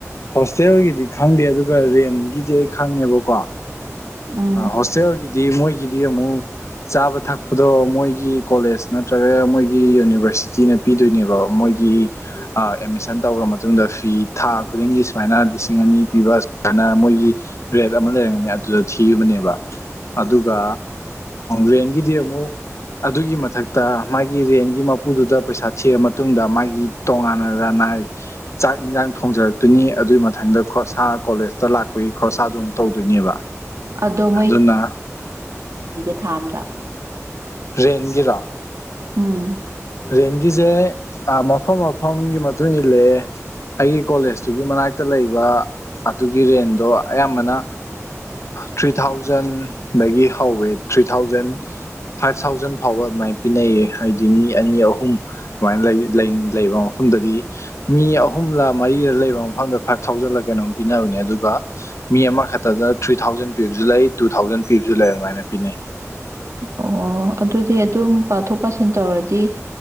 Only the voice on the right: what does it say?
ꯎꯝ
ꯑꯗꯣ
ꯊꯥꯝꯗ
ꯎꯝ
ꯑꯣ ꯑꯗꯨꯗꯤ ꯑꯗꯨꯝ ꯄꯥꯊꯣꯛ ꯄꯥꯁꯤꯟ ꯇꯧꯔꯗꯤ ꯍꯥꯏꯗꯤ